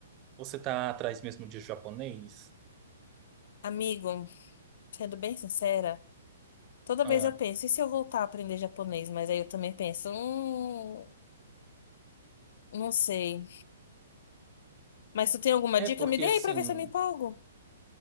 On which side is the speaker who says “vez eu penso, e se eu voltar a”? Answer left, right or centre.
Left